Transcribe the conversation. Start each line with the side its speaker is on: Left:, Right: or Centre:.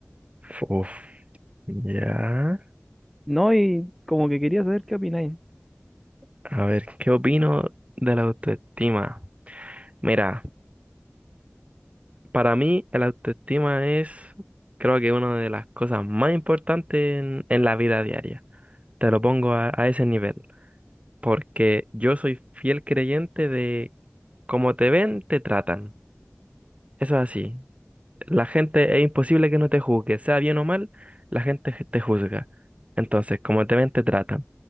Right: Uf, ya.
Centre: No, y como que quería saber qué opináis.
Right: A ver, ¿qué opino de la autoestima? Mira, para mí, la autoestima es, creo que una de las cosas más importantes en, en la vida diaria. Te lo pongo a a ese nivel. porque yo soy fiel creyente de como te ven, te tratan. Eso es así. La gente es imposible que no te juzgue, sea bien o mal, la gente je- te juzga. Entonces, como te ven, te tratan.